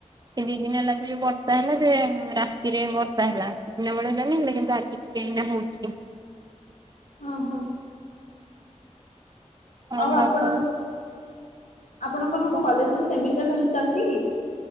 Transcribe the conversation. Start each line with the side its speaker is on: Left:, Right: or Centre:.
Right: ଏ ଦି ଦିନି ହେଲା ତ ଯୋଉ ବର୍ଷା ହେଲା ସେ ରାତିରେ ବର୍ଷା ହେଲା ଦିନ ବେଳା ହେଲାନି ହେଲେ କିନ୍ତୁ ଆଜି ଏଇନା ହଉଛି।
Left: ଓହୋ।
Right: <unintelligible>
Left: ଆଉ ଆପଣ ଆପଣଙ୍କର
Right: ହଁ
Left: କଣ କଲେଜରେ ସେମିଷ୍ଟାର ଫେମି ଚାଲିଛି କି?